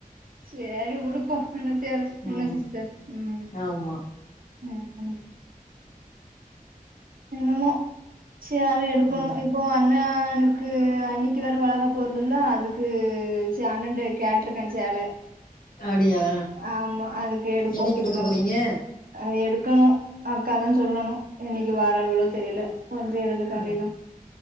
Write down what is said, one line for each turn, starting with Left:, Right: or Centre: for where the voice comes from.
Right: செரி உடுப்போ என்னத்தயாது என்ன
Left: ம்
Right: சிஸ்டர் ம்
Left: ஆமா
Right: ம் ம் என்னமோ சேல எடுப்போ
Left: ம்
Right: இப்போ அண்ண ஆ எனக்கு அன்னிக்கு வேற வளகாப்பு வருதுல்ல அதுக்கு சே அண்ணன்ட கேட்ருக்கே சேல ல
Left: அப்டியா
Right: ஆமா அதுக்கு எடுப்போ
Left: என்னைக்கு எடுக்க
Right: என
Left: போறீங்க
Right: அ எடு க்கணு அக்கா தா சொல்லணு என்னைக்கு வாரால்களோ தெரியல வந்து எடுத்துக வேண்டிதா
Left: ம்